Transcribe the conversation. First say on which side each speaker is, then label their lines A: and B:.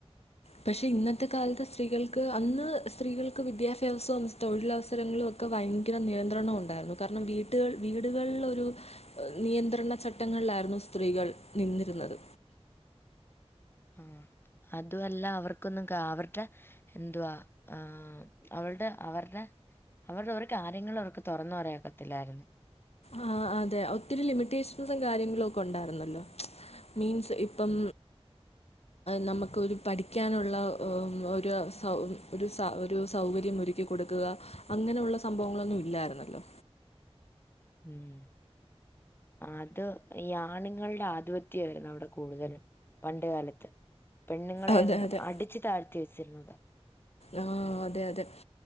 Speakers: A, on the left; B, on the left.
A: പക്ഷെ ഇന്നത്തെ കാലത്ത് സ്ത്രീകൾക്ക് അന്ന് സ്ത്രീകൾക്ക് വിദ്യാഭ്യാസം തൊഴിലവ അവസരങ്ങളൊക്കെ ഭയങ്കര നിയന്ത്രണം ഉണ്ടായിരുന്നു കാരണം വീട്ടുകൾ വീ വീടുകളിലൊരു നിയന്ത്രണ ചട്ടങ്ങളിലായിരുന്നു സ്ത്രീകൾ നിന്നിരുന്നത്
B: ആ അതു അല്ല അവർക്കൊന്നും അവർക്ക് എന്തുവാ ആ അവളെടെ അവർടെ അവരുടെ ഒരു കാര്യങ്ങൾ അവർക്ക് തുറന്നു പറയാൻഒക്കത്തില്ലായിരുന്നു
A: ആ അതെ ഒത്തിരി ലിമിറ്റേഷൻസും കാര്യങ്ങളും ഒക്കെ ഉണ്ടായിരുന്നല്ലോ മീൻസ് ഇപ്പം
B: ഉം.
A: നമ ഒരു പഠിക്കാനുള്ള ഒ ഒ ഒരു സൗ ഒരു സ ഒരു സൗകര്യം ഒരുക്കി കൊടുക്കുക അങ്ങനെയുള്ള സംഭവങ്ങളൊന്നും ഇല്ലായിരുന്നല്ലോ
B: ഉം അത് ഈ ആണുങ്ങളുടെ ആധിപത്യ അയിരുന്നു അവിടെ കൂടുതലും പണ്ട് കാലത്ത് പെണ്ണുങ്ങളെ
A: അതെ അതെ
B: അടിച്ചു താഴ്ത്തി വെച്ചിരുന്നത
A: ആ അതെ അതെ